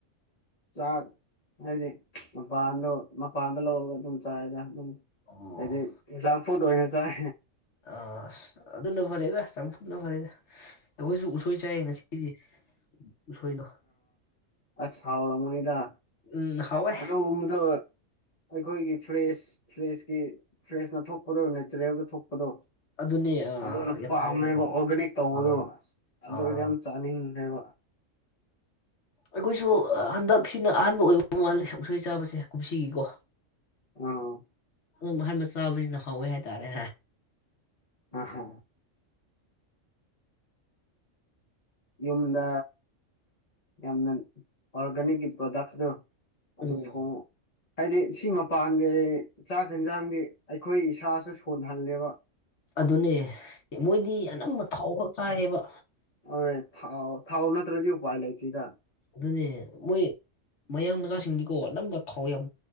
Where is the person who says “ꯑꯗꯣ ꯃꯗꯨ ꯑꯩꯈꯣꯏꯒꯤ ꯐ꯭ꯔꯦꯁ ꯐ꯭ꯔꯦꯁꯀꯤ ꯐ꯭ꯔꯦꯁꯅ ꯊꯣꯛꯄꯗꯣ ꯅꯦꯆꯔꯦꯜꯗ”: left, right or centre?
Left